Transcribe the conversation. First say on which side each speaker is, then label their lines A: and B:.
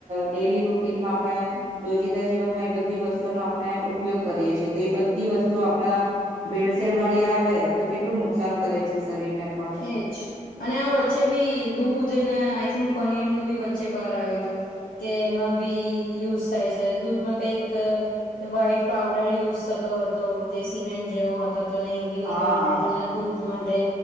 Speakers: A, on the right (about 50°); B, on the left (about 85°).
A: ડેલી રૂટીનમાં આપણે. રોજિંદા જીવનમાં એ બધી વસ્તુઓનો આપણે. ઉપયોગ કરીએ છી તો એ બધી વસ્તુ આપણા ભેળસેળ વાળી આવે તો કેટલું નુકસાન કરે છે શરીરને પણ
B: એ જ અને આ વચ્ચે બી દૂધ ને આઈ થિંક પનીર નું બી વચ્ચે બહાર આવ્યું હતું કે એમાં બી યુઝ થાય છે દૂધમાં કઈક વ્હાઈટ પઉડર યુઝ થતો હતો જે સિમેન્ટ જેવો હતો તો નહીં એ બી
A: હા.
B: મિલાવીને તમને દૂધ માટે